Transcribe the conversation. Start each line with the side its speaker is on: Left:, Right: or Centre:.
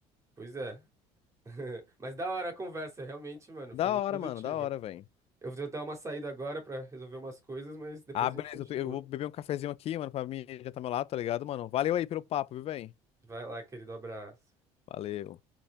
Right: Pois é. <laughs> Mas da hora a conversa, realmente, mano,
Left: Da
Right: foi muito
Left: hora,
Right: produtiva.
Left: mano, da hora, velho.
Right: Eu vou tentar uma saída agora pra resolver umas coisas, mas depois
Left: Ah, beleza.
Right: a gente continua.
Left: Eu, te- eu vou beber um cafezinho aqui, mano, pra mim adiantar meu lado, tá ligado, mano? Valeu aí pelo papo, viu, velho?
Right: Vai lá, querido, abraço.
Left: Valeu.